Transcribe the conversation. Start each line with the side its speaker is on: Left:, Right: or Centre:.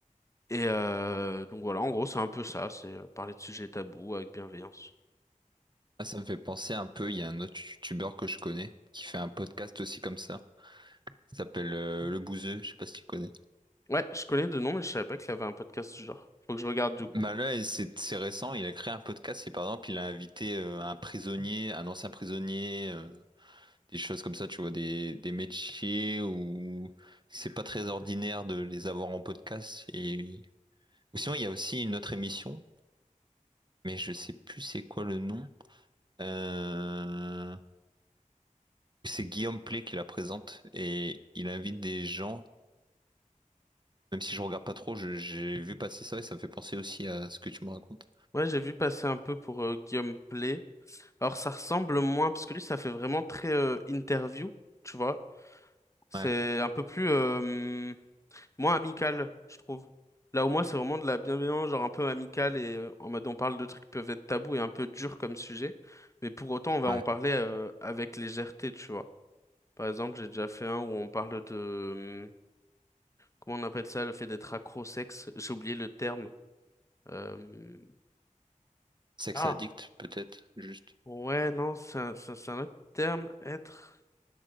Left: Et euh, donc voilà, en gros, c'est un peu ça, c'est euh, parler de sujets tabous avec bienveillance.
Right: Ah, ça me fait penser un peu, il y a un autre youtubeur que je connais qui fait un podcast aussi comme ça. Ça s'appelle euh, Le Bouzeux, je sais pas si tu connais.
Left: Ouais, je connais de nom, mais je savais pas qu'il y avait un podcast du genre. Faut que je regarde du coup.
Right: Bah là, et c'est c'est récent, il a créé un podcast et par exemple, il a invité euh, un prisonnier, un ancien prisonnier, euh, des choses comme ça, tu vois, des, des métiers où c'est pas très ordinaire de les avoir en podcast. Et... Ou sinon, il y a aussi une autre émission, mais je sais plus c'est quoi le nom. Euh, C'est Guillaume Play qui la présente et il invite des gens, même si je regarde pas trop, je- j'ai vu passer ça et ça me fait penser aussi à ce que tu me racontes.
Left: Ouais, j'ai vu passer un peu pour euh, Guillaume Play. Alors ça ressemble moins, parce que lui ça fait vraiment très euh, interview, tu vois. C'est
Right: Ouais.
Left: un peu plus euh, moins amical, je trouve. Là au moins c'est vraiment de la bienveillance, genre un peu amicale et euh, en mode on parle de trucs qui peuvent être tabous et un peu durs comme sujet, mais pour autant on va
Right: ouais.
Left: en parler euh, avec légèreté, tu vois. Par exemple j'ai déjà fait un où on parle de... euh, Comment on appelle ça, le fait d'être accro-sexe? au sexe, J'ai oublié le terme. Euh,
Right: Sex
Left: Ah,
Right: addict, peut-être, juste.
Left: Ouais, non, c'est un, c'est un- c'est un autre terme, être.